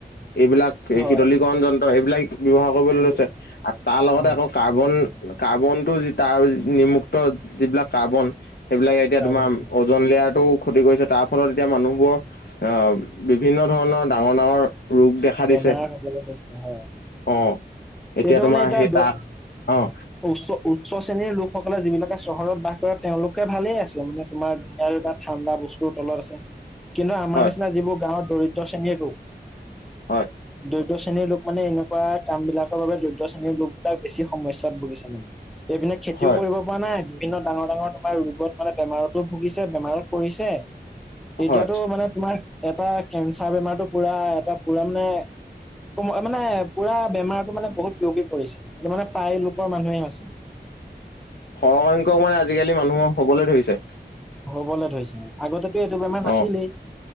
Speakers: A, on the left; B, in the centre.
A: এইবিলাক এই
B: হয়
A: শীতলীকৰণ যন্ত্ৰ, এইবিলাক ব্যৱহাৰ কৰিবলৈ
B: যদি-
A: লৈছে। আ তাৰ লগতে
B: অ
A: আকৌ কাৰ্বন কাৰ্বনটো যি তাৰ নিমুক্ত যিবিলাক কাৰ্বন। সেইবিলাকে এতিয়া
B: তাৰ
A: তোমাৰ
B: পৰা-
A: ওজন লেয়াৰটো ক্ষতি কৰিছে। তাৰ ফলত এতিয়া মানুহবোৰ আ বিভিন্ন ধৰণ ডাঙৰ ডাঙৰ ৰোগ দেখা
B: বেমাৰ
A: দিছে
B: হ'বলৈ <unintelligible> হয়
A: অ, এতিয়া
B: এইটো
A: তোমাৰ
B: মানে এতিয়া
A: সেই তাত অ।
B: উচ্চ উচ্চ শ্ৰেণীৰ লোকসকলে যিবিলাকে চহৰত বাস কৰে তেওঁলোকে ভালেই আছে মানে তোমাৰ ধুনীয়া এটা ঠাণ্ডা বস্তু ত তলত আছে কিন্তু আমাৰ
A: হয়
B: নিচিনা যিবোৰ গাঁৱত দৰিদ্ৰ শ্ৰেণীৰ লোক
A: হয়
B: দৰিদ্ৰ শ্ৰেণীৰ লোক মানে এনেকুৱা কাম বিলাকৰ বাবে দৰিদ্ৰ শ্ৰেণীৰ লোক বিলাক বেছি সমস্যাত ভুগিছে মানে এইপিনে খেতিও
A: হয়
B: কৰিব পোৱা নাই বিভিন্ন ডাঙৰ ডাঙৰ তোমাৰ ৰোগত মানে বেমাৰতো ভুগিছে বেমাৰত পৰিছে এতিয়াতো
A: হয়
B: মানে তোমাৰ এটা কেঞ্চাৰ বেমাৰটো পুৰা এটা পুৰা মানে ক মানে পুৰা বেমাৰটো মানে বহুত বিয়পি পৰিছে এইটো মানে প্ৰায় লোকৰ মানুহে হৈছে
A: সৰহসংখ্যক মানে আজিকালি মানুহৰ হবলৈ ধৰিছে
B: হবলে ধৰিছে আগতেটো এইটো বেমাৰ নাছিলেই
A: অ